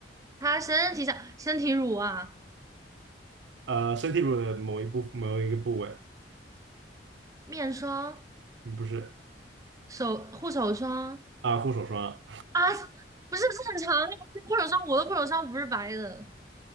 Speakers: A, on the right; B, on the right.
A: 擦身体上身体乳啊，
B: 呃，身体乳的某一部某一个部位，
A: 面霜、
B: 嗯不是
A: 手护手霜
B: 啊，护手霜啊，
A: 啊，不是正常长的护手霜，我的护手霜不是白的。